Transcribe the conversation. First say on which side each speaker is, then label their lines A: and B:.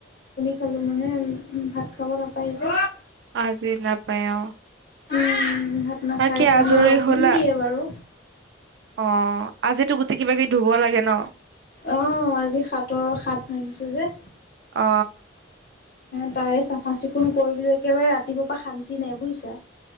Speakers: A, on the left (about 55°); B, on the right (about 65°).
A: খালোঁ মানে ভাত খাব নাপায় যে।
B: আজি নাপায় অ।
A: উম ভাত নাখাই
B: বাকী
A: কাৰণে
B: আজৰি
A: লঘোণ
B: হলা
A: দিয়ে বাৰু।
B: অ আজিতো গোটেই কিবা কিবি ধুব লাগে ন
A: অহ আজি সাতৰ সাত ভাঙিছে যে।
B: অ
A: তাৰে চাফা চিকুণ কৰিলো। একেবাৰে ৰাতিপুৱাৰপা শান্তি নাই বুজিছা।